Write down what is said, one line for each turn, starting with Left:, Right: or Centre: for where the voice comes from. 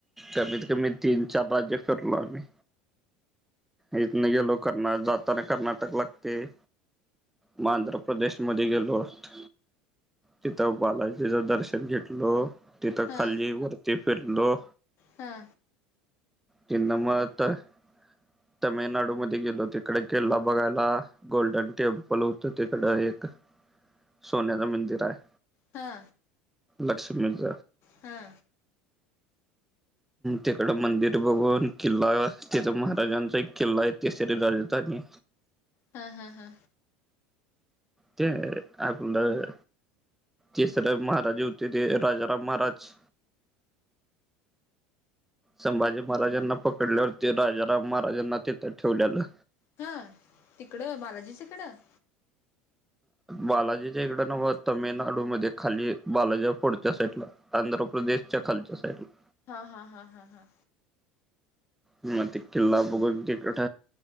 Centre: कमीत कमी तीन चार राज्य फिरलो आम्ही इथन गेलो करणा जाताना कर्नाटक लागतय मग आंध्र प्रदेश मध्ये गेलो होत तिथं बालाजी तिचं दर्शन घेतल तिथं
Left: हा
Centre: खाली वरती फिरलो
Left: हा
Centre: किन मळयात तर तामिळनाडूमध्ये गेलो तिकडे किल्ला बघायला गोल्डन टेंपल होत तिकड एक सोन्याचा मंदिर आहे.
Left: हा
Centre: लक्ष्मीच
Left: हा
Centre: तिकड मंदिर बघून किल्ला तिथ महाराजांचा एक किल्ला आहे तिसरी <unintelligible> आणि
Left: हा हा हा
Centre: ते आपलं तिसर महाराज होते ते राजाराम महाराज. संभाजी महाराजांना पकडल्यावरती राजाराम महाराजांना तेिथ ठेवल्यालं
Left: हां तिकडं बालाजी तिकडं
Centre: बालाजीच्या इकड नव्हं तामिळनाडू मध्ये खाली बालाजी पुढच्या साईडला. आंध्र प्रदेश च्या खालच्या साईडला
Left: हा हा हा हा हा
Centre: मग किल्ला बघून तिकड